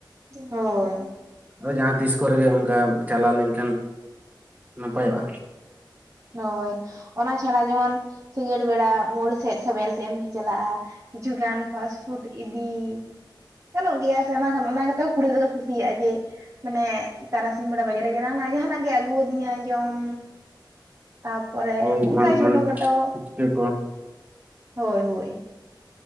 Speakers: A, on the right; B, on the right.
A: ᱦᱳᱭ
B: ᱳᱭ ᱡᱟᱦᱟᱸ ᱛᱤᱥ ᱠᱚᱨᱮ ᱜᱮ ᱚᱱᱠᱟ ᱪᱟᱞᱟᱣ ᱞᱮᱱᱠᱷᱟᱱ ᱱᱟᱯᱟᱭᱚᱜᱼᱟ
A: ᱦᱳᱭ ᱚᱱᱟ ᱪᱷᱟᱲᱟ ᱡᱮᱢᱚᱱ ᱥᱤᱸᱜᱟᱹᱲ ᱵᱮᱲᱟ ᱢᱳᱲ ᱥᱮᱫ ᱥᱮ ᱵᱮᱞ <inaudible> ᱮᱢ ᱪᱟᱞᱟᱜᱼᱟ ᱠᱤᱪᱷᱩᱜᱟᱱ ᱯᱷᱟᱥᱴᱯᱷᱩᱰ ᱤᱫᱤ ᱜᱟᱱᱚᱜ ᱜᱮᱭᱟ ᱥᱮ ᱚᱱᱟ <inaudible> ᱜᱮᱛᱚ ᱠᱩᱲᱤᱫᱨᱟᱹ ᱠᱚ ᱠᱩᱥᱤᱭᱟᱜᱼᱟ ᱡᱮ ᱢᱟᱱᱮ ᱛᱟᱨᱟᱥᱤᱧ ᱵᱮᱲᱟ ᱵᱟᱡᱟᱨ- <inaudible> ᱪᱟᱞᱟᱣ ᱱᱟᱭ ᱡᱟᱦᱟᱱᱟᱜ ᱜᱮ ᱟᱹᱜᱩ ᱟᱹᱫᱤᱧᱟ ᱡᱚᱢ ᱛᱟᱯᱚᱨᱮ
B: ᱦᱳᱭ
A: ᱚᱱᱠᱟ
B: ᱮᱢᱟᱱ ᱛᱮᱢᱟᱱ
A: ᱪᱷᱳᱴᱚ ᱠᱷᱟᱴᱚ
B: ᱯᱩᱪᱠᱟᱹ ᱠᱚ
A: ᱦᱳᱭ ᱦᱳᱭ